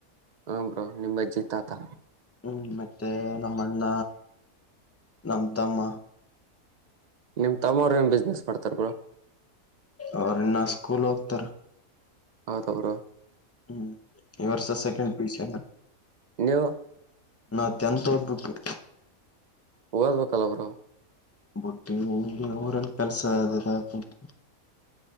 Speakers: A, on the right; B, on the left.
A: ಹ ಬ್ರೋ ನಿಮ್ ಅಜ್ಜಿ ತಾತಾ.
B: ಹ್ಮ್ ಮತ್ತೆ ನಮ್ಮಣ್ಣ ನಮ್ಮ ತಮ್ಮಾ.
A: ನಿಮ್ ತಮ್ಮೋರ ಏನ್ ಬಿಸ್ನೆಸ್ ಮಾಡ್ತಾರ್ ಬ್ರೊ
B: ಅವರಿನ್ನಾ ಸ್ಕೂಲೋಕ್ತರ.
A: ಹೌದ ಬ್ರೊ.
B: ಹ್ಮ. ಇವರ್ಷ ಸೆಕೆಂಡ್ ಪಿ ಯು ಸಿ ಅಲ್ಲ.
A: ನೀವು
B: ನಾ ಟೆಂತ್ ಓದ ಬಿಟ್ವಿ.
A: ಓದ್ಬೇಕಲ್ಲಾ ಬ್ರೊ.
B: ಬುಟ್ಟಿ ಊರನ್ ಕೆಲ್ಸ ಅದಂತ